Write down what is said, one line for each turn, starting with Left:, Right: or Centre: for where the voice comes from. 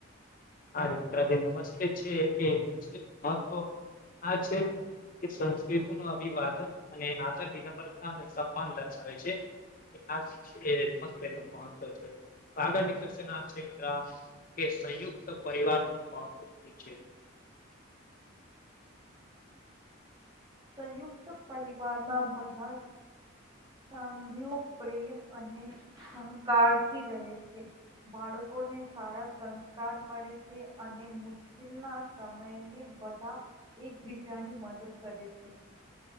Left: હરે મિત્ર જે નમસ્તે છે એ નમસ્તે નું મહત્વ આ છે. તે સંસ્કૃતિ નુ અભિવાદન અને આદર વિનમ્રતા અને સમાન દર્શાવે છે. આજછે નમસ્તે નુ મહત્વ છે, તો આગળ નુ ક્વેશન આ છે મિત્રા કે સંયુક્ત પરિવાર નું મહત્વ શું છે?
Right: સંયુક્ત પરિવારમાં બધા સાંભીયો પ્રેમ અને સહકાર થી રહે છે. બાળકોને સારા સંસ્કાર મળે છે અને મુ કિલના સમયને બધા એકબીજાની મદદ કરે છે.